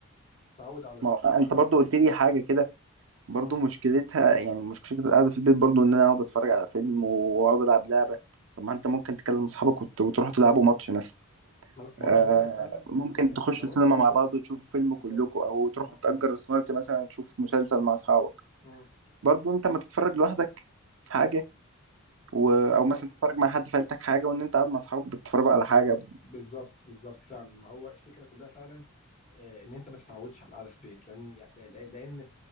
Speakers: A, on the left (about 35°); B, on the right (about 60°).
A: تتعود على ال-
B: ما هو انت
A: على قعده
B: برضو
A: البيت
B: قلت لي حاجه كده برضو
A: امم
B: مشكلتها يعني مشكله القعده في البيت برضو ان انا اقعد اتفرج على فيلم واقعد العب لعبه طب ما انت ممكن تكلم اصحابك وت- وتروحوا تلعبوا ماتش مثلا
A: ما انا ما
B: آه
A: أنا بقول لك فعلا
B: ممكن
A: ال-
B: تخشوا
A: لو
B: السينما
A: انت اتعودت
B: مع بعض وتشوفوا فيلم
A: بالظبط
B: كلكم او تروحوا
A: ما
B: تأجر
A: ما
B: سمارت مثلا تشوف مسلسل مع اصحابك
A: مم.
B: برضو انت ما تتفرج لوحدك حاجه و... او
A: بالظبط
B: مثلا تتفرج مع حد في عيلتك حاجه وان انت قاعد مع اصحابك بتتفرجوا على حاجه
A: بالظبط بالظبط فعلا ما هو الفكره كلها فعلا آه، ان انت ما تتعودش على القعده في البيت لان يعني لان